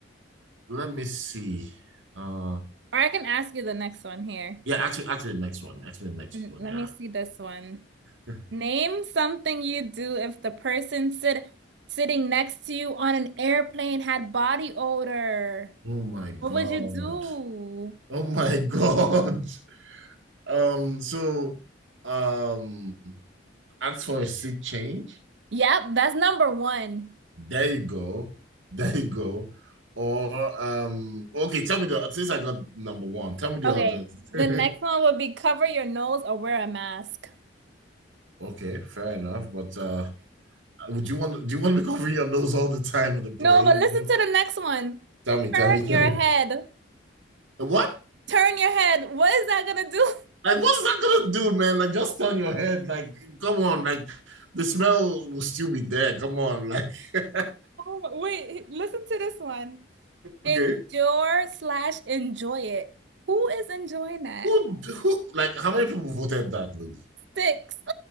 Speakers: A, on the right (about 85°); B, on the right (about 65°).
A: let me see. Uh,
B: Or I can ask you the next one here.
A: yeah. Actually, actually, the next one. Actually, the next
B: Mm,
A: one.
B: Let
A: Yeah.
B: me see this one.
A: <laughs>
B: Name something you do if the person sit sitting next to you on an airplane had body odor.
A: Oh my God.
B: What would you do?
A: Oh my God. <laughs> Um, so um, ask for a seat change.
B: Yep, that's number one.
A: There you go. There you go. Or um, okay, tell me the since I got number one, tell me the
B: Okay,
A: others.
B: the
A: <laughs>
B: next one would be cover your nose or wear a mask.
A: Okay, fair enough. But uh would you want do you want to be covering your nose all the time with a plane?
B: No, but listen to the
A: <laughs>
B: next one.
A: Tell me, tell
B: Turn
A: me, tell
B: your
A: me.
B: head.
A: What?
B: Turn your head. What is that gonna do? <laughs>
A: Like what's that gonna do, man? Like just turn your head, like come on, like the smell will still be there. Come on, like <laughs>
B: Oh, my- wait, listen to this one. Endure
A: okay.
B: slash enjoy it. Who is enjoying that?
A: Who who like how many people voted that, please?
B: Six. <laughs>